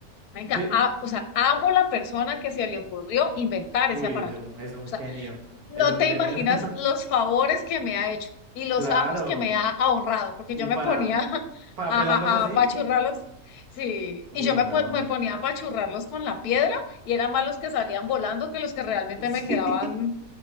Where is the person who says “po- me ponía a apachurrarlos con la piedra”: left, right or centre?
Left